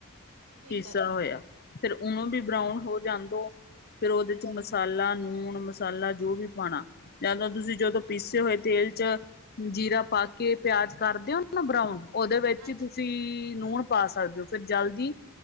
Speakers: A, on the right; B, on the left.
A: ਠੀਕ
B: ਪੀਸਾ
A: ਆ ਜੀ
B: ਹੋਇਆ, ਫਿਰ ਉਹਨੂੰ ਵੀ ਬਰਾਊਨ ਹੋ ਜਾਂਦ ਦੋ। ਫੇਰ ਉਹਦੇ
A: ਹਾਂਜੀ
B: 'ਚ ਮਸਾਲਾ, ਨੂਣ। ਮਸਾਲਾ ਜੋ ਵੀ ਪਾਉਣਾ, ਜਾਂ ਤਾਂ ਤੁਸੀਂ ਜਦੋਂ ਪੀਸੇ ਹੋਏ ਤੇਲ 'ਚ ਜੀਰਾ ਪਾ ਕੇ। ਪਿਆਜ ਕਰਦੇ, ਉਹਨੂੰ ਬਰਾਊਨ। ਉਹਦੇ ਵਿੱਚ
A: ਹਾਂਜੀ
B: ਹੀ ਤੁਸੀਂ ਨੂਣ ਪਾ ਸਕਦੇ ਹੋ, ਫਿਰ ਜਲਦੀ